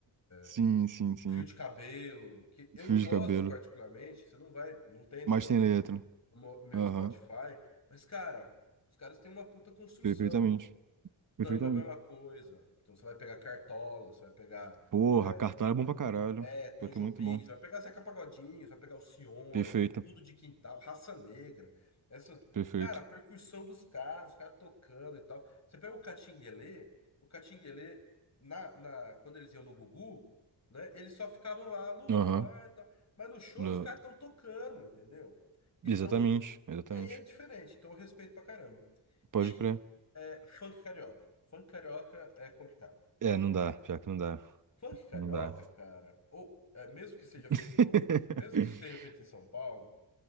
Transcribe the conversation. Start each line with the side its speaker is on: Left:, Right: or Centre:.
Right: Sim,
Left: É,
Right: sim, sim.
Left: fio de cabelo, que eu
Right: Fio
Left: não
Right: de
Left: gosto
Right: cabelo.
Left: particularmente, você não vai, não tem no
Right: Mas
Left: meu.
Right: tem letra.
Left: o mo- meu
Right: Aham.
Left: Spotify, mas, cara, os caras têm uma puta construção.
Right: Perfeitamente. Perfeitamente.
Left: Samba é a mesma coisa. Então você vai pegar Cartola, você vai pegar
Right: Porra,
Left: é,
Right: cartão é bom pra caralho.
Left: é, Tom
Right: Pior
Left: Jobim,
Right: que é muito bom.
Left: você vai pegar Zeca Pagodinho, você vai pegar Alcione,
Right: Perfeito.
Left: Fundo de Quintal, Raça Negra. Essas,
Right: Perfeito.
Left: cara, a percussão dos caras, os caras tocando e tal. Você pega o Catinguelê, o Catinguelê, na, na, quando eles iam no Gugu, né, eles só ficavam lá, lua
Right: Aham.
Left: vai e tal. Mas no show
Right: Le-
Left: os caras estão tocando, entendeu? Então
Right: Exatamente.
Left: não
Right: Exatamente.
Left: Aí é diferente, então eu respeito pra caramba.
Right: Pode
Left: E
Right: crer.
Left: é, funk carioca. Funk carioca é complicado.
Right: É, não dá,
Left: E
Right: pior que não dá.
Left: Funk carioca,
Right: Não dá.
Left: cara, ou é, mesmo que seja
Right: <laughs>
Left: feito no, mesmo que seja feito em São Paulo,